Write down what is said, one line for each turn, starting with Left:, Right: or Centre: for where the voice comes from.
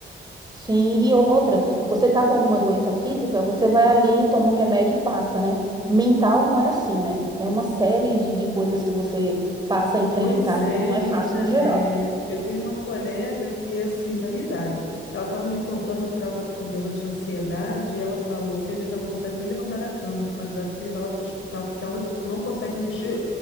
Right: Sim,
Left: Com-
Right: e outra, você tá com alguma doença física, você vai ali, toma um remédio e passa, né? Mental não é assim, né? É uma série de, de coisas que você passa a enfrentar,
Left: Pois
Right: então
Left: é,
Right: não
Left: menina.
Right: é fácil no geral,
Left: é, Eu tenho uma colega que é assim, da minha idade. Ela estava me contando que ela está com problema de ansiedade e ela falou que às vezes ela não consegue nem levantar da cama, que o marido dela tem que levar ela para o hospital porque ela não consegue mexer